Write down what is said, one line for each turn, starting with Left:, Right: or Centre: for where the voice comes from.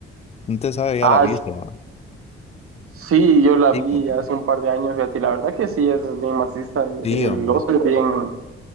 Left: No te sabe ya
Right: Ah,
Left: la vista,
Right: s-
Left: va.
Right: sí, yo la
Left: Sí,
Right: vi
Left: compa.
Right: hace un par de años, fíjate, y la verdad que sí, es bien marxista.
Left: Sí,
Right: El
Left: hombre.
Right: oso es bien,